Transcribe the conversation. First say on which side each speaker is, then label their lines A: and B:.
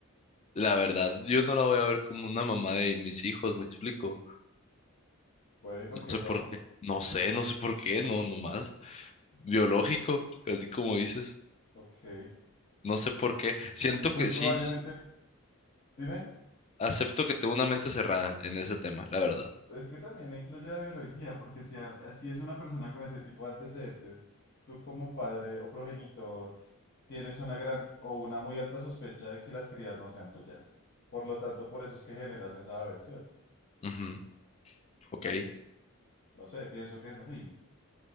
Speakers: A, on the left; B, on the left.
A: La verdad, yo no la voy a ver como una mamá de mis hijos, me explico.
B: Puede, ¿por
A: No
B: qué
A: sé
B: no?
A: por qué. No sé, no sé por qué, no, nomás. Biológico, casi como dices.
B: Ok.
A: No sé por qué. Siento
B: Pues
A: que
B: probablemente,
A: sí, sí,
B: dime.
A: acepto que tengo una mente cerrada en ese tema, la verdad.
B: Es que también influye la biología, porque si, a- si es una persona con ese tipo de antecedentes, tú como padre o progenitor tienes una gran o una muy alta sospecha de que las crías no sean tuyas. Por lo tanto, por eso es que generas esa aversión.
A: Ujú, Ok,
B: No sé, pienso que es así.